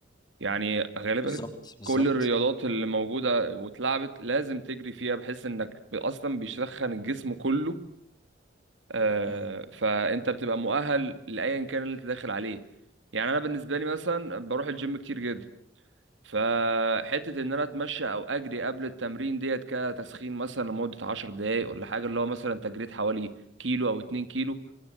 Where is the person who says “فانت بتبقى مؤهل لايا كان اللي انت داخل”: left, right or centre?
Right